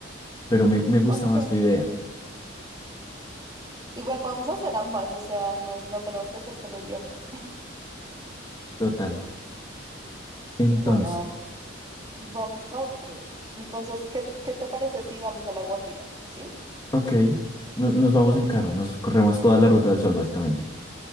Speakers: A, on the left (about 20°); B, on the right (about 20°).
A: pero me, me gusta
B: ok.
A: más tu idea,
B: Igual podemos hacer ambas, o sea, no, no tenemos que hacer solo un viaje.
A: total. Entonces,
B: Bueno, a ver, vamos a ver. Entonces, ¿qué, qué te parece si vamos a La Guajira? ¿Sí?
A: ok, no- nos vamos en carro, nos corremos toda la ruta del sol básicamente.